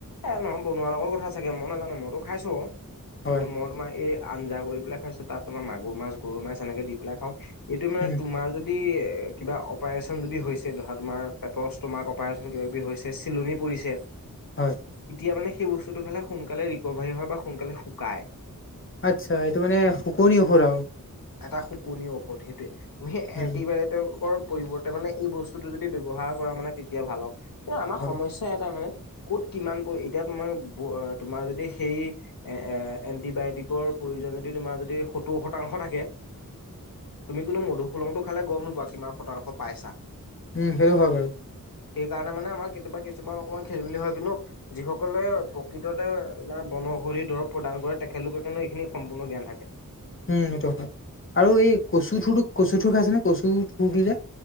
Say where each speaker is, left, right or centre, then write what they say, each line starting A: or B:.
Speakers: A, on the left; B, on the left.
A: এই নহয় বনোৱাৰ লগৰ কথা চাগে মই নাজানো মইতো খাইছোঁ বাও,
B: হয়
A: কিন্তু মই তোমাক এই আঞ্জা কৰি পেলাই খাইছো তাত তোমাৰ মাগুৰ মাছ গৰু মাছ এনেকে দি পেলাই খাওঁ। এইটো মানে
B: উম
A: তোমাৰ যদি কিবা অপাৰেচন যদি হৈছে ধৰা তোমাৰ। পেটৰ ষ্ট'মাৰ্ অপাৰেচন কিবা কিবি হৈছে চিলনি পৰিছে।
B: হয়।
A: এতিয়া মানে সেই বস্তুটো খালে সোনকালে ৰিকভাৰী হয় বা সোনকালে শুকাই।
B: আচ্ছা এইটো মানে শুকনি ঔষধ আৰু
A: এটা শুকনিৰ ঔষধ সেইটোৱে তুমি সেই
B: উম
A: এন্টিবায়ট, তেওঁকৰ পৰিৱৰ্তে মানে এই বস্তুতটো যদি ব্যৱহাৰ কৰা মানে তেতিয়া ভাল হ কিন্তু আমাৰ
B: হয়
A: সমস্যা। এ তাৰ মানে ক'ত কিমান পৰি এতিয়া তোমাৰ বৌ তোমাৰ যদি সেই, এ এ এণ্টিবায়টিকৰ প্ৰয়োজন যদি তোমাৰ যদি সত্তৰ শতাংশ থাকে। তুমি কিন্তু মধুশোলোংটো খালে গম নোপোৱা কিমান শতাংশ পাইছা।
B: উম সেইটো হয় বাৰু
A: সেইকাৰণে মানে আমাৰ কেতিয়াবা কিছুমান অকণমান খেলি মেলি হয় কিন্তু, যিসকলে প্ৰকৃততে বন ঔষধি দৰৱ প্ৰদান কৰে তেখেতলোকে কেনে এইখিনি সম্পূৰ্ণ জ্ঞান থাকে।
B: উম এইটো হয় আৰু এই কচু থোৰটো কচু থোৰ খাইছে ন কচু থোৰটো যে,